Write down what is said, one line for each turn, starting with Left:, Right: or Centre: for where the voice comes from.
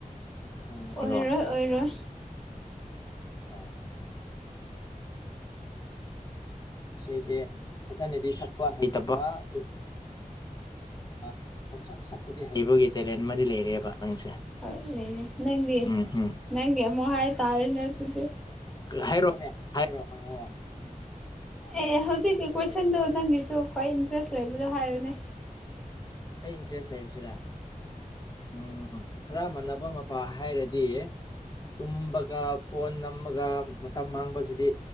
Left: ꯈꯪꯒꯅꯤꯀꯣ
Centre: ꯑꯣꯏꯔꯣꯏ ꯑꯣꯏꯔꯣꯏ
Left: ꯑꯥ ꯏꯁꯩꯁꯦ ꯐꯖꯅꯗꯤ ꯁꯛꯄ ꯍꯩꯇꯕ ꯑꯗꯨꯕꯨ ꯑꯥ ꯄꯪꯁꯛ ꯁꯛꯄꯗꯤ ꯍꯩꯕꯒꯤ ꯇꯦꯂꯦꯟ ꯑꯃꯗꯤ ꯂꯩꯔꯦꯕ ꯅꯪꯁꯦ
Centre: ꯍꯣꯏ ꯂꯩꯔꯦ ꯅꯪꯗꯤ
Left: ꯎꯝ ꯎꯝ
Centre: ꯅꯪꯒꯤ ꯑꯃꯨꯛ ꯍꯥꯏꯇꯔꯦꯅꯦ ꯑꯗꯨꯗꯤ
Left: ꯍꯥꯏꯔꯣꯅꯦ ꯍꯥꯏꯔꯣ ꯍꯪꯉꯣ
Centre: ꯑꯦ ꯍꯧꯖꯤꯛꯀꯤ ꯀꯣꯏꯁꯟꯗꯣ
Left: ꯀꯩꯅꯣ
Centre: ꯅꯪꯒꯤꯁꯨ ꯈ꯭ꯋꯥꯏ ꯏꯟꯇꯔꯦꯁ ꯂꯩꯕꯗꯣ ꯍꯥꯏꯔꯣꯅꯦ
Left: ꯑꯩ ꯏꯟꯇ꯭ꯔꯦꯁ ꯂꯩꯕꯁꯤꯔ ꯎꯝ ꯈꯔ ꯃꯥꯟꯅꯕ ꯄꯥ ꯍꯥꯏꯔꯗꯤ ꯇꯨꯝꯕꯒ ꯐꯣꯟ ꯅꯝꯃꯒ ꯃꯇꯝ ꯃꯥꯡꯕꯁꯤꯗꯤ